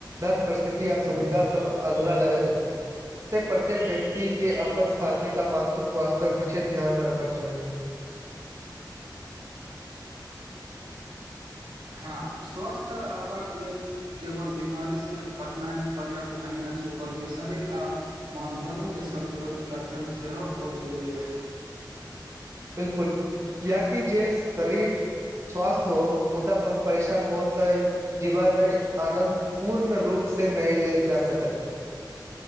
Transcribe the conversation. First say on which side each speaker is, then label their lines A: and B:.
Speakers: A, on the right; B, on the right.
A: धन प्रसिद्धि आ सुविधा सब अधूरा लगैत अछि प्रत्येक व्यक्ति के अपन शारीरिक आ मानसिक स्वास्थ्य पर विशेष ध्यान रहबाक चाहि
B: हँ स्वस्थ रहबाक लेल केवल बीमारी से बचनाइ पर्याप्त नहि अछि बल्कि शरीर आ मान धन के संन्तुलन रखन सेहो बहुत जरुरी अछि
A: बिलकुल किया कि जे शरीर स्वस्थ हो मुद्दा मन परेशान होतै जीवन आनन्द पूर्ण रूप से नहि लेल जा सकैत अछि